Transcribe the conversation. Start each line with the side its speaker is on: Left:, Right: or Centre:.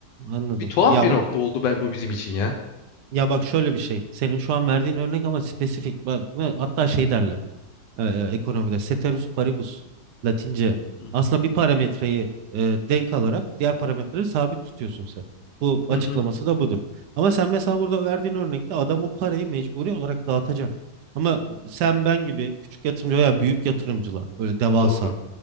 Right: Anladım.
Left: bir tuhaf
Right: Ya
Left: bir
Right: bak
Left: nokta oldu be- bu bizim için ya.
Right: ya bak şöyle bir şey. Senin şu an verdiğin örnek ama spesifik. Bak, ve hatta şey derler. e, e, ekonomide ceteris paribus Latince
Left: Hı
Right: aslında bir parametreyi e, denk alarak diğer parametreleri sabit tutuyorsun sen. Bu açıklaması
Left: hı. hı,
Right: da budur. Ama sen mesela burada verdiğin örnekte adam o parayı mecburi olarak dağıtacak. Ama sen ben gibi küçük yatırımcı veya büyük yatırımcılar böyle devasa
Left: Doğru.